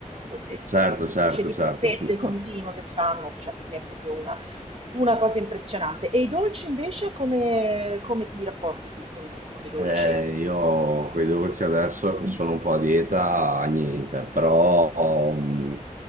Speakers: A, on the right; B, on the right.
A: Queste
B: Certo,
A: specie
B: certo,
A: di
B: certo.
A: pizzette
B: assu-
A: continue che fanno, cioè per me è proprio una, una cosa impressionante. E i dolci invece come, come ti rapporti tu con, con i dolci?
B: Eh, io quei devo dirti adesso che sono un po' a dieta, niente, però mm,